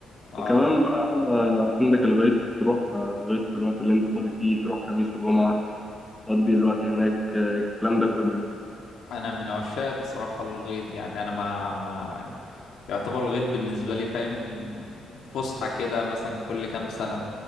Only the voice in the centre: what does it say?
وكمان بقى آه، عندك الغيط تروح آه، الغيط في الوقت اللي أنت فاضي فيه تروح خميس وجمعة تقضي الوقت هناك آه، الكلام ده كله